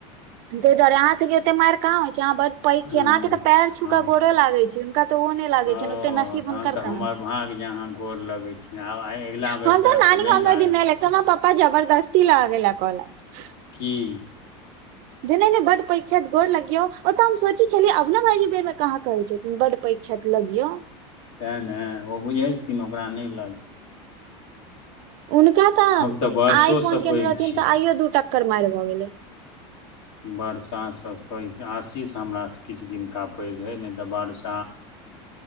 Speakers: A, on the right; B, on the left.
A: तै दुआरे अहाँ सबके ओते माएर कहाँ होइ छै, अहाॅं बड़ पैघ
B: हँ
A: छियै नै अहाँके तऽ पैर छूकेऽ
B: हँ
A: गोड़ो लागै छियै, हुनका तऽ ओ नहि लागै
B: ओ
A: छनि ओते नसीब
B: तहन
A: हुनकर
B: ते
A: कहाँ
B: हमर भाग जे अहां गोर लगे छी आब आय अगिला बेरसँ
A: हाॅं तऽ
B: आब
A: नानी
B: नहि
A: गाॅंव मे
B: लागब
A: ओय दिन नै लै त हमरा पप्पा जबरदस्ती लागे ल कहलैक।
B: की।
A: जे नै नै बड पैग छैथ गोड़ लगियौ, ओतऽ हम सोचै छलियै अभनव भाइजी बेरमे कहाँ कहै छथिन बड पैघ छैथ लगियौ।
B: तैँ नै ओ बुझै छथिन ओकरा नै लग
A: हुनका संग
B: हम तऽ वर्षोसँ
A: आइ फोन
B: पैघ
A: केने रहथिन
B: छी
A: तऽ आइयो दू टक्कर माएर भऽ गेले।
B: बरसा से पैघ आशीष हमरासे किछ दिनका पैघ ऐ नै तऽ बरसा